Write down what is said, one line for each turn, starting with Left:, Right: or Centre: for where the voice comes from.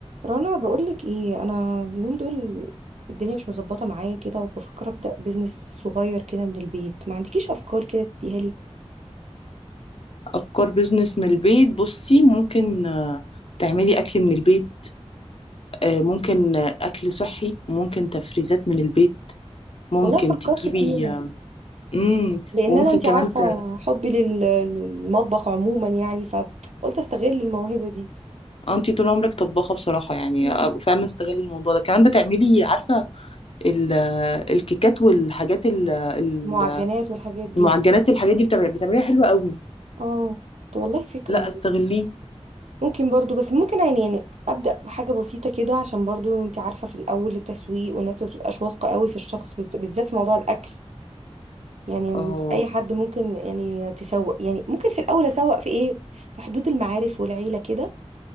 Right: رنا بقولك ايه انا اليومين دول الدنيا مش مظبطه معايا كده وبفكر ابدا بزنس صغير كده من البيت ما عندكيش افكار كده تديها لي
Left: أفكار بيزنس من البيت بصي ممكن
Right: مم.
Left: آه، تعملي أكل من البيت آه، ممكن آه، أكل صحي وممكن تفريزات من البيت ممكن
Right: والله فكرت
Left: تجيبي
Right: فيها
Left: امم
Right: لان
Left: وممكن
Right: انا انت
Left: كمان
Right: عارفه
Left: ت...
Right: حبي لل- للمطبخ عموما يعني فقلت استغل الموهبه دي
Left: آه، انتي طول عمرك طباخة بصراحة يعني
Right: مم.
Left: آه، فعلا استغلي الموضوع ده كمان بتعملي عارفة ال... آه، الكيكات والحاجات ال... ال-
Right: المعجنات والحاجات دي
Left: المعجنات الحاجات دي بتعمل- بتعمليها حلوة قوي
Right: اه طب والله فكره
Left: لا
Right: برضه
Left: استغليه
Right: ممكن برضه بس ممكن يعني يعني ابدا بحاجه بسيطه كده عشان برضه انت عارفه في الاول التسويق والناس ما بتبقاش واثقه قوي في الشخص بز- بالذات في موضوع الاكل يعني مش
Left: اه
Right: اي حد ممكن يعني تسوق يعني ممكن في الاول اسوق في ايه في حدود المعارف والعيله كده